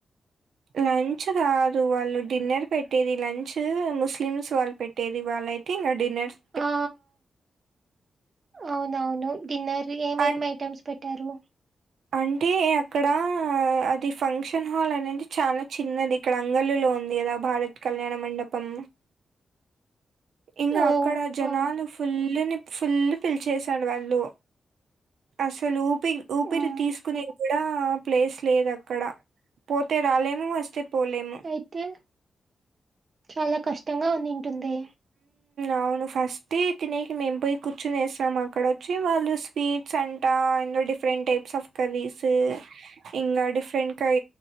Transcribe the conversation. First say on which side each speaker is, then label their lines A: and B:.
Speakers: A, on the right (about 80°); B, on the right (about 35°).
A: లంచ్ కాదు వాళ్ళు డిన్నర్ పెట్టేది లంచ్ ముస్లిమ్స్ వాళ్ళు పెట్ ట్టేది వాళ్ళు అయితే ఇంగ డిన్నర్స్
B: ఆ అవునవును డిన్నర్ ఏమేం
A: హ్మ్
B: ఐటమ్స్ పెట్టారు
A: అంటే అక్కడ అది ఫంక్షన్ హాల్ అనేది చాలా చిన్నది ఇక్కడ అంగల్లులో ఉంది కదా భారత్ కళ్యాణ మండపం ఇంగా
B: ఓ
A: అక్కడ జనాలు
B: ఆ
A: ఫుల్లుని ఫుల్లు పిలిచేశాడు వాళ్ళు అసలు ఊపి ఊపిరి
B: మ్మ్.
A: తీసుకునేది కూడా ప్లేస్ లేదు అక్కడ పోతే రాలేము వస్తే పోలేము
B: అయితే చాలా కష్టంగా ఉందింటుందే
A: అవును ఫస్ట్ తినేకి మేం పోయి కూర్చుని ఏసినాము అక్కడ వచ్చి వాళ్ళు స్వీట్ స్ అంటా డిఫరెంట్ టైప్స్ ఆఫ్ కర్రీస్ ఇంగా డిఫరెంట్ కై